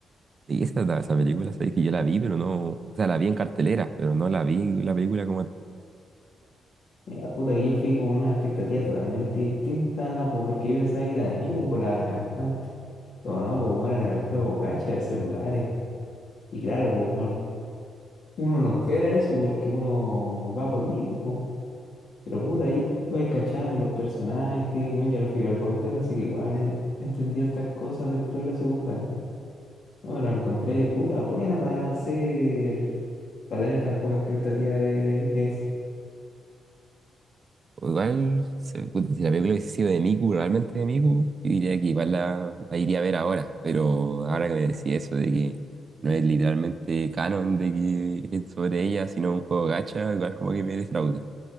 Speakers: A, on the right; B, on the left.
A: Y esa, esa película, sabéis que yo la vi, pero no, o sea, la vi en cartelera, pero no la vi la película como
B: Mira, puta, que yo fui con una expectativa totalmente distinta, pues porque yo pensaba que era de mí, pues, por la cantante. Pero no, pues, bueno, era el juego gacha de celulares. Y claro, pues, bueno, uno no espera eso porque uno va por mí, pues. po. Pero puta, ahí vais cachando los personajes. Bueno, yo lo fui a ver dos veces, así que igual en- entendí hartas cosas después de la segunda vez. Ahora la encontré, puta, buena para hacer, para tener tan poca expectativa de, de, de
A: O igual, se- puta, si la película hubiese sido de Miku, realmente de Miku, yo diría que igual la, la iría a ver ahora. Pero ahora que me decís eso de que no es literalmente canon de que es sobre ella, sino un juego gacha, igual como que me defrauda.